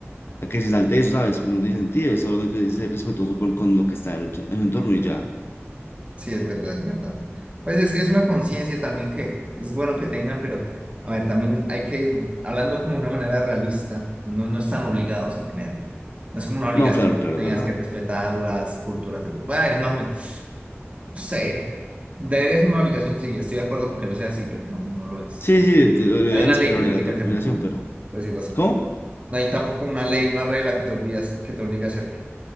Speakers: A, on the left; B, on the right.
A: a que se salte eso, ¿sabes? Pues no tiene sentido, es solamente ser respetuoso con, con lo que está en el, en el entorno y ya.
B: Sí, es verdad, es verdad. Pues es que es una conciencia también que es bueno que tengan, pero a ver, también hay que, hablando como de una manera realista, no, no están obligados a tenerlo. No es como una obligación,
A: No, claro, claro,
B: que tengas
A: es verdad.
B: que respetar las culturas de los... A ver, no, me- no sé, debería ser una obligación, sí, estoy de acuerdo con que lo sea así, pero no, no lo es,
A: Sí,
B: no.
A: sí, de- lo
B: No
A: ideal
B: Hay una
A: es
B: ley
A: que fuera
B: que
A: obligato-
B: te obliga a hacerlo,
A: obligación,
B: también,
A: pero.
B: por decirlo así.
A: ¿Cómo?
B: No hay tampoco una ley, una regla que te obligas, que te obliga a hacerlo.